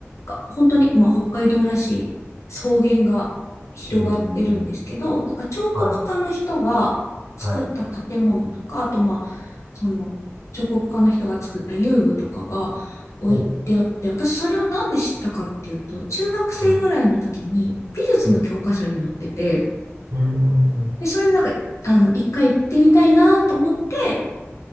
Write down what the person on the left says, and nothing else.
が本当に、まあ、北海道らしい草原が広がってるんですけど、
なんか彫刻家の人が作った建物とか、
あとまあ、その彫刻家の人が作った遊具とかが置いてあって、
私それをなんで知ったかっていうと、中学生ぐらいの時に美術の教科書に載ってて、
で、それでなんか、あの、一回行ってみたいなと思って、